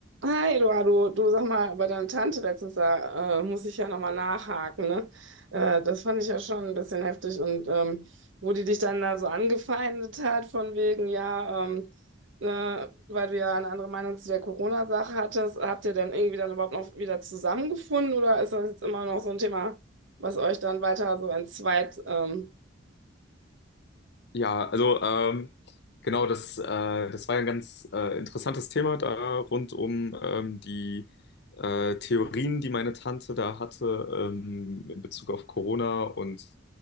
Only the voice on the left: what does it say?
Ja, also ähm, genau, das, äh, das war ja ein ganz äh, interessantes Thema da rund um ähm, die äh, Theorien, die meine Tante da hatte ähm, in Bezug auf Corona und